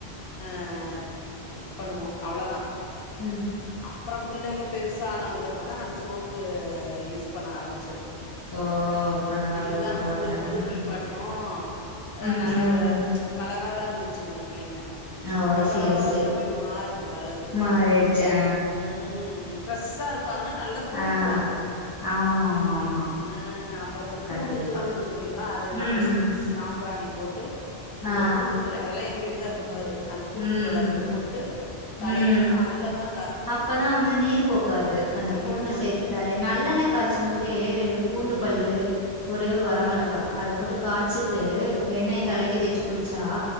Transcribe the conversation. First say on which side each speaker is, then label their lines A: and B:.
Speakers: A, on the left; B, on the left.
A: அ அ இது பண்ணுவோ அவ்ளதா
B: ம்
A: அப்றோ பிள்ளைங்க பெருசா ஆனதுக்கு அப்றந்தா நாங்க சோப்பு யூஸ் பண்ண ஆரம்பிச்சது
B: ஓ பரவால்ல
A: இதுதா
B: பரவால்ல
A: போட்டு போட்டு
B: ம்
A: குளிப்பாட் ஆ
B: ம்
A: நல்ல
B: ம்
A: ஒரு கலரா தா இருந்துச்சுங்க பிள்ளைங்க
B: ஓ
A: அப்றோ வளர
B: சேரி
A: வரல
B: சேரி
A: அப்டி மாறுது கலரு
B: மாறிடுச்சா
A: ம் ஃப்ரெஷ்ஷா இருப்பாங்க நல்லா தூங்குவாங்க
B: ஆ ஆ ஆமா ஆமா ஆமா
A: அ அப்புறத்த
B: கண்டிப்பா
A: பூண்டு தோல் இருக்கு பாத்தீங்களா அத எடுத்து
B: ம்
A: வச்ட்டு
B: ம்
A: சாம்ப்ராணி போட்டு அந்த
B: ஆ
A: பூண்டு தோல அதெல்லா எங்க வீட்டுக்காரு பண்ணுவாரு அந்த பூண்டு
B: ம்
A: தோல அதுல போட்டு தலையெல்லா
B: ம் ம்
A: அதுல தா
B: அப்பதா வந்து நீர் கோக்காது அந்த
A: ம்
B: பூண்டு சேக்கத்தாலே நல்லெண்ண காச்சு போதே ரெண்டு பூண்டு
A: ம்
B: பல்லு ஒரே ஒரு வரமெளகா அத போட்டு காச்சிட்டு எண்ணெய தலைக்கி தேச்சு குளிச்சா